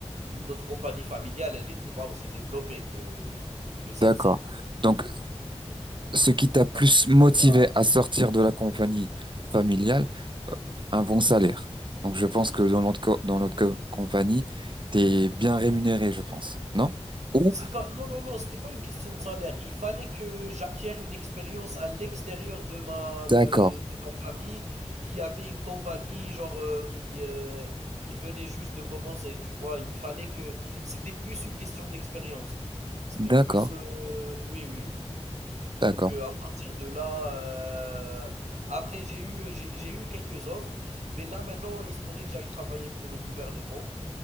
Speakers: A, on the right; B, on the right.
A: notre compagnie familiale, elle n'était pas aussi développée que, que celle-ci,
B: d'accord.
A: tu
B: Donc,
A: vois.
B: ce qui t'a
A: Donc,
B: plus
A: à partir
B: motivé
A: de là,
B: à sortir de la compagnie familiale, euh, un bon salaire. Donc, je pense que dans notre, co- dans notre co- compagnie, t'es bien rémunéré, je pense. Non? Ou?
A: c'est pas, non, non, non, c'était pas une question de salaire. Il fallait que j'acquière une expérience à l'extérieur de ma,
B: D'accord,
A: de, de ma famille qui avait une compagnie, genre, euh, qui, euh, qui venait juste de commencer, tu vois. Il fallait que, c'était plus une question d'expérience. C'était
B: d'accord,
A: plus, euh, oui, oui, oui.
B: d'accord,
A: Donc, heu, à partir de là, heu, après j'ai eu j'ai j'ai eu quelques offres, mais là maintenant, il se pourrait que j'aille travailler pour le gouvernement